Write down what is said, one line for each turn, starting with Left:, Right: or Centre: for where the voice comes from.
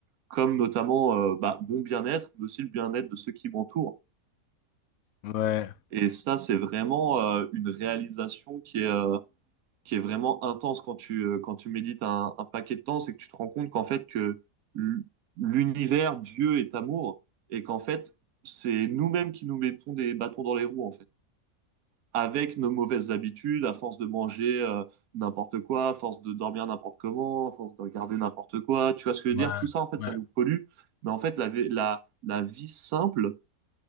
Right: comme notamment euh, bah, mon bien-être, mais aussi le bien-être de ceux qui m'entourent.
Left: Ouais,
Right: Et ça, c'est vraiment euh, une réalisation qui est, euh, qui est vraiment intense quand tu, euh, quand tu médites un, un paquet de temps, c'est que tu te rends compte qu'en fait, que l- l'univers, Dieu est amour, et qu'en fait, c'est nous-mêmes qui nous mettons des bâtons dans les roues, en fait. Avec nos mauvaises habitudes, à force de manger euh, n'importe quoi, à force de dormir n'importe comment, à force de regarder n'importe quoi, tu vois ce que je
Left: ouais,
Right: veux dire? Tout ça, en fait,
Left: ouais,
Right: ça nous pollue. Mais en fait, la, vi- la, la vie simple,